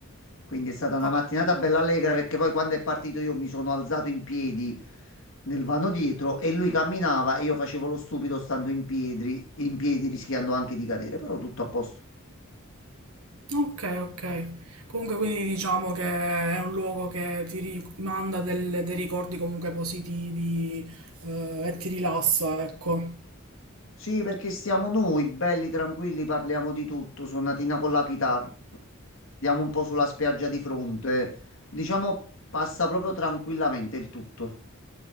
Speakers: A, on the left; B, on the right.
A: Quindi è stata una
B: Ok.
A: mattinata bella allegra perché poi quando è partito io mi sono alzato in piedi nel vano dietro e lui camminava e io facevo lo stupido stando in piedi, in piedi rischiando anche di cadere, però tutto a posto.
B: Okay, okay. Comunque quindi diciamo che è un luogo che ti rimanda del- dei ricordi comunque positivi, eh, e ti rilassa, ecco.
A: Sì, perché siamo noi, belli, tranquilli, parliamo di tutto, suonatina con la chitarra, andiamo un po' sulla spiaggia di fronte, diciamo passa proprio tranquillamente il tutto.